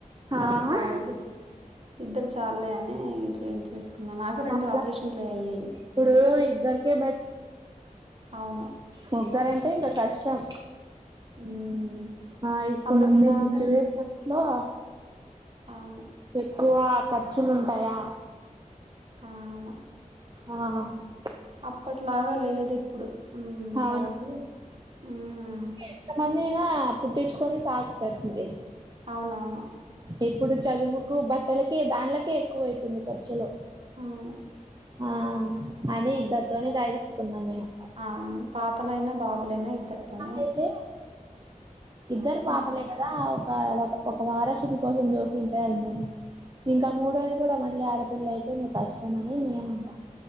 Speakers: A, on the right; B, on the right.
A: కానీ
B: ఆహా
A: బాబు ఇద్దరు చాలలేే అని చేంజ్ చేస్ నాకు రెండు
B: అట్లా
A: ఆపరేషన్లే అయ్యాయి
B: ఇప్పుడు
A: అందుకే
B: ఇద్దరికే
A: అవును
B: ముగ్గారంటే ఇంకా కష్టం
A: ఉమ్
B: ఆ ఇప్పుడు
A: అప్పట్లాగా
B: ఉండ సిచ్యువేషన్ లో
A: అవును
B: ఎక్కువ ఖర్చులు ఉంటాయా
A: ఆమ్మ
B: ఆ
A: అప్పట్లాగా లేదు ఇప్పుడు ఉమ్
B: హవును
A: కాబట్టి ఉమ్
B: ఎంతమంది అయినా పుట్టించుకొని సాగుతారండి
A: అవునవును
B: ఇప్పుడు చదువుకు బట్టలకే దాంట్లకే ఎక్కువ అవుతుంది ఖర్చులో
A: అవును
B: ఆ అని ఇద్దరితోనే గాయించుకున్నాం మేము
A: అవును పాపలయినా బాబులైనా ఇద్దరుతోనే
B: అయితే ఇద్దరు పాపలే
A: ఉమ్,
B: కదా ఒక ఒక ఒక వారస్ <unintelligible> ఇంకా మూడోది కూడా మళ్ళీ ఆడపిల్ల అయితే మీకు కష్టం అని మేము ఇంక